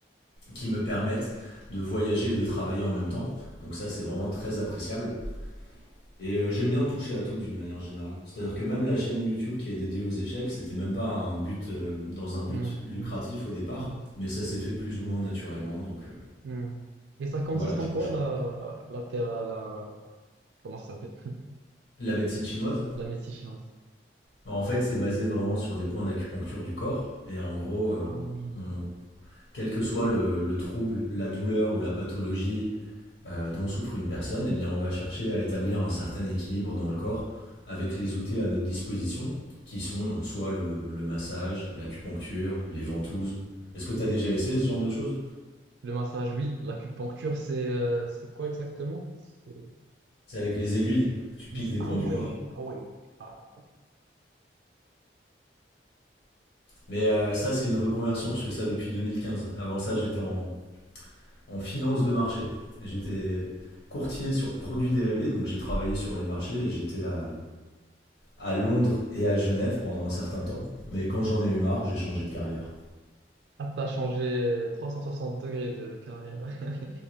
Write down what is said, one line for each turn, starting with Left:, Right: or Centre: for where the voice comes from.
Left: qui me permettent de voyager et de travailler en même temps. Donc ça, c'est vraiment très appréciable. Et euh, j'aime bien toucher à tout d'une manière générale. C'est-à-dire que même la chaîne YouTube qui est dédiée aux échecs, c'était même pas un but, euh, dans un but
Right: Hmm,
Left: lucratif
Right: hmm,
Left: au départ,
Right: hmm,
Left: mais ça s'est fait plus ou moins naturellement. Donc euh,
Right: hmm. Et ça consiste
Left: voilà, je
Right: en
Left: touche
Right: quoi la
Left: un peu. à tout.
Right: la théra- la comment ça s'appelle?
Left: La médecine chinoise
Right: La médecine chinoise.
Left: Bah, En fait, c'est basé vraiment sur des points d'acupuncture du corps. Et en gros, euh,
Right: Ah oui.
Left: on- quel que soit le, le trouble, la douleur ou la pathologie euh, dont souffre une personne, eh bien, on va chercher à établir un certain équilibre dans le corps avec les outils à notre disposition, qui sont soit le, le massage, l'acupuncture, les ventouses. Est-ce que tu as déjà essayé ce genre de choses?
Right: Le massage, oui. L'acupuncture, c'est euh, c'est quoi exactement? C'est-
Left: C'est avec les aiguilles, tu piques
Right: Dis-
Left: des
Right: Ah
Left: points
Right: ouais,
Left: du corps.
Right: ah ouais. Ah,
Left: Mais euh, ça, c'est une reconversion, je fais ça depuis 2015. Avant ça, j'étais en, en finance de marché. J'étais courtier sur produits dérivés, donc j'ai travaillé sur les marchés. J'étais à, à Londres et à Genève pendant un certain temps. Mais quand j'en ai eu marre, j'ai changé de carrière.
Right: Ah, t'as changé 360 degrés de, de carrière. <laughs>